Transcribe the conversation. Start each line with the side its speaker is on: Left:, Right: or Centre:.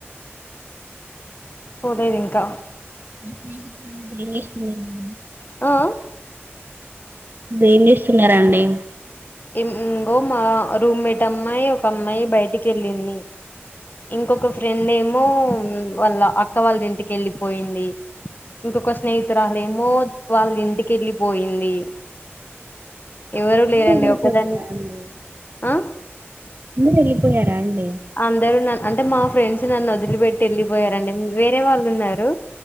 Left: పోలేదు ఇంకా
Right: మీ స్నేహితులు అంటే ఎస్ లేదండి
Left: ఆ
Right: ఏం చేస్తున్నారా అండి
Left: ఇంకోో మా రూమ్మేట్ అమ్మాయి ఒక అమ్మాయి బయటికి వెళ్ళింది ఇంకొక ఫ్రెండ్ ఏమో వాళ్ళ అక్క వాళ్ళ ఇంటికి వెళ్ళిపోయింది ఇంకొక స్నేహితురాలు ఏమో వాళ్ళ ఇంటికి వెళ్ళిపోయింది ఎవరు
Right: అందరు
Left: లేరండి
Right: వెళ్ళిపోయిరా
Left: ఒక్ కదన
Right: అండి
Left: ఆ
Right: వెళ్లిపోయారా అండి
Left: అందరు న అంటే మాఫ్ ఫ్రెండ్స్ నన్ను వదిలిపెట్టి వెళ్ళిపోయారండి వేరే వాళ్ళు ఉన్నారు